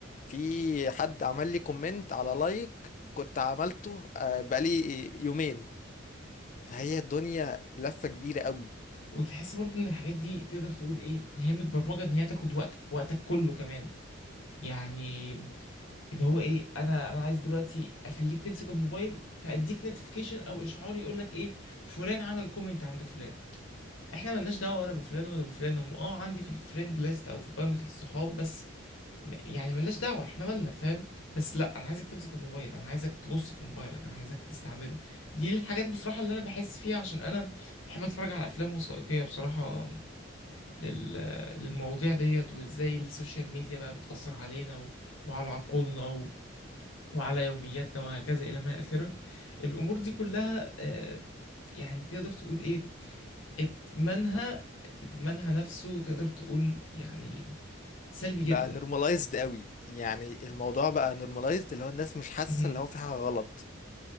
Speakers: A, on the left; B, on the left.
A: في حد عمل لي كومنت على لايك كنت عملته آه، بقالي يومين فهي الدنيا لفة كبيرة قوي
B: وتحس برضو إن الحاجات دي تقدر تقول إيه هي متبرمجة إن هي تاخد وقتك وقتك كله كمان يعني اللي هو ايه انا انا عايز دلوقتي اخليك تمسك الموبايل فاديك نوتيفيكيشن او اشعار يقول لك ايه فلان عمل كومنت عند فلان احنا ملناش دعوه ولا بفلان ولا بفلان هم اه عندي في الفريند ليست او في قائمه الصحاب بس م- يعني ملناش دعوه احنا مالنا فاهم بس لا انا عايزك تمسك الموبايل انا عايزك تبص في موبايلك انا عايزك تستعمله دي الحاجات بصراحه اللي انا بحس فيها عشان انا بحب اتفرج على افلام وثائقيه بصراحه لل... للمواضيع ديت وازاي السوشيال ميديا بقى بتاثر علينا و... وعلى عقولنا وعلى يومياتنا وهكذا إلى ما آخره الأمور دي كلها آه، يعني تقدر تقول إيه إدمانها إدمانها نفسه تقدر تقول يعني سلبي
A: بقى
B: جدا
A: نورماليزد قوي يعني الموضوع بقى نورماليزد اللي هو الناس مش حاسة
B: مهم.
A: اللي هو في حاجة غلط